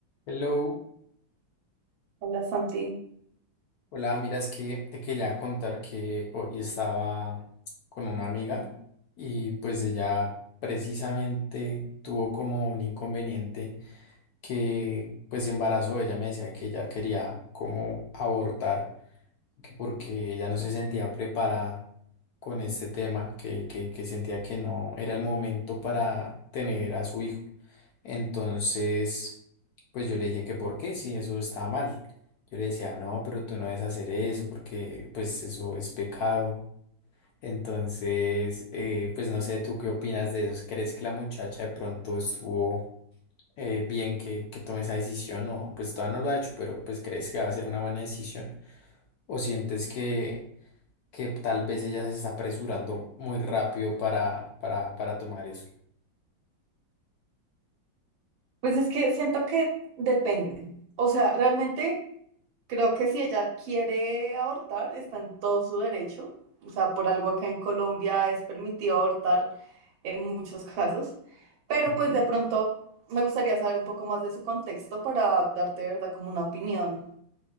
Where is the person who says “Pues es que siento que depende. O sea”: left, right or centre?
Right